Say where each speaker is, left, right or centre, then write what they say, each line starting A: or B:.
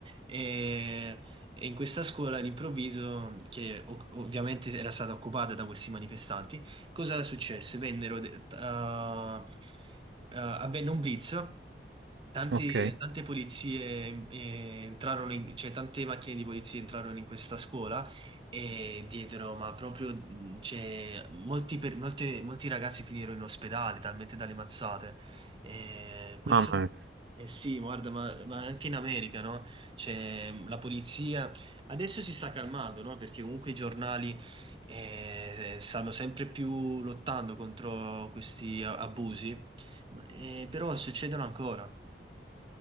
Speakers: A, on the right; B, on the right.
A: E e in questa scuola all'improvviso, che o- ovviamente era stata occupata da questi manifestanti, cosa successe? Vennero, de- t- ah, ah, avvenne un blitz. Tanti-
B: Ok,
A: tante polizie eh, entrarono in- cioè tante macchine di polizia entrarono in questa scuola e diedero, ma proprio, mh, cioè, molti, per- molte- molti ragazzi finirono in ospedale, talmente dalle mazzate. Eh, questo,
B: mamma mia.
A: eh sì, guarda, ma, ma anche in America, no? c'è mm, la polizia. Adesso si sta calmando, no? Perché comunque i giornali eh, stanno sempre più lottando contro questi a- abusi, ma, eh, però succedono ancora.